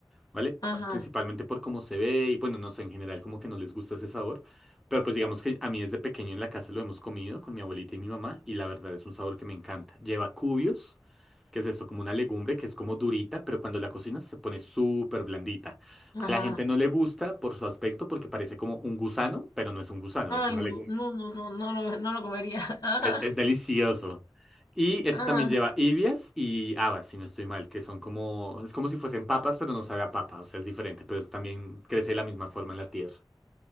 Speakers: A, in the centre; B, on the left.
A: ¿vale?
B: Ajá,
A: Pues principalmente por cómo se ve y bueno, no sé, en general como que no les gusta ese sabor, pero pues digamos que a mí desde pequeño en la casa lo hemos comido con mi abuelita y mi mamá y la verdad es un sabor que me encanta. Lleva cubios. ¿Qué es esto? Como una legumbre que es como durita, pero cuando la cocinas se pone súper blandita.
B: ajá.
A: A la gente no le gusta por su aspecto porque parece como un gusano, pero no es un gusano,
B: Ay,
A: es una
B: no,
A: legumbre.
B: no, no, no, no lo, no lo comería. <laughs> Ajá,
A: E- Es, delicioso. Y eso
B: ajá,
A: también lleva ibias y habas, si no estoy mal, que son como, es como si fuesen papas, pero no sabe a papa, o sea, es diferente, pero eso también crece de la misma forma en la tierra.